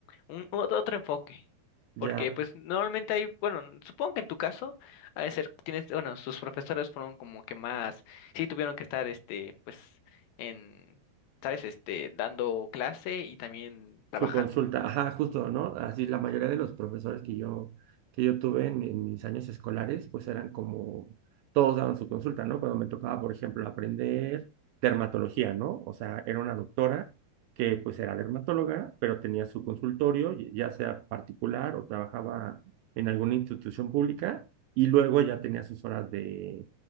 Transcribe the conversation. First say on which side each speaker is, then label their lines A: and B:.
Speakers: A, on the left; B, on the right.
A: un, otro, otro enfoque.
B: Ya.
A: Porque pues normalmente hay, bueno, supongo que en tu caso, a ser, tienes, bueno, sus profesores fueron como que más, sí tuvieron que estar, este, pues, en, ¿sabes? Este, dando clase y también trabajando.
B: Su consulta, ajá, justo, ¿no? Así la mayoría de los profesores que yo, que yo tuve en, en mis años escolares, pues eran como, todos daban su consulta, ¿no? Cuando me tocaba, por ejemplo, aprender dermatología, ¿no? O sea, era una doctora que pues era dermatóloga, pero tenía su consultorio, y- ya sea particular o trabajaba en alguna institución pública, y luego ya tenía sus horas de,